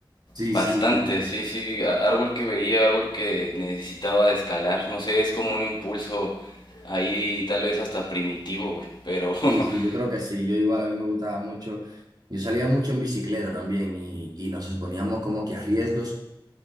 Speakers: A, on the right; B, on the left.
A: Sí,
B: Bastante,
A: sí, sí.
B: sí, sí, a- árbol que veía, árbol que necesitaba de escalar, no sé, es como un impulso ahí tal vez hasta primitivo, güey, pero, <laughs>
A: Sí, sí, yo creo que sí. Yo igual a mí me gustaba mucho. Yo salía mucho en bicicleta también y, y nos exponíamos como que a riesgos.